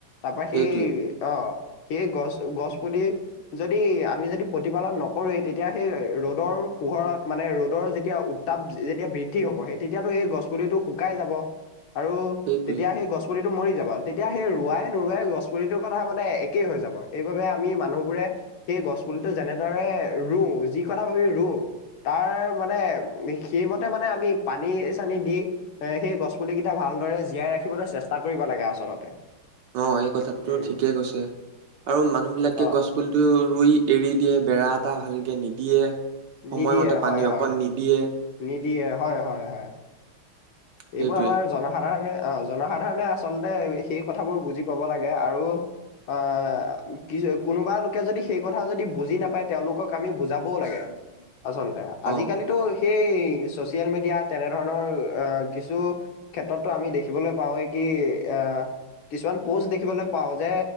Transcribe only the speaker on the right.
সেইটোৱেই,
সেইটোৱেই।
অ এই কথাটো
ঠিকেই কৈছে। আৰু মানুহ বিলাকে
গছ পুলিটো ৰুই এৰি দিয়ে বেৰা এটা ভালকে নিদিয়ে, সময়মতে
পানী
অকণ নিদিয়ে।
সেইটোৱে
অ